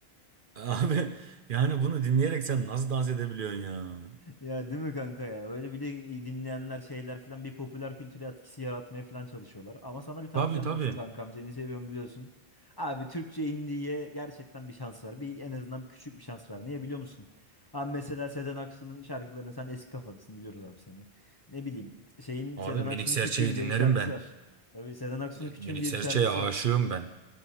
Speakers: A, on the right; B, on the left.
A: <laughs> Abi yani bunu dinleyerek sen nasıl dans edebiliyorsun ya?
B: Ya değil mi kanka ya? Böyle bir de iyi dinleyenler şeyler falan bir popüler kültüre etkisi yaratmaya falan çalışıyorlar. Ama sana bir tavsiyem
A: Tabii tabii.
B: olsun kankam. Seni seviyorum biliyorsun. Abi Türkçe indiye gerçekten bir şans var. Bir en azından bir küçük bir şans var. Niye biliyor musun? Abi mesela Sezen Aksu'nun şarkılarını sen eski kafalısın biliyoruz abi seni. Ne bileyim şeyin
A: Abi
B: Sezen
A: Minik
B: Aksu'nun
A: Serçe'yi
B: Küçüğüm
A: dinlerim
B: diye bir şarkısı
A: ben.
B: var. Tabii Sezen Aksu'nun Küçüğüm
A: Melik
B: diye
A: Serçe'ye
B: bir şarkısı
A: aşığım
B: var.
A: ben.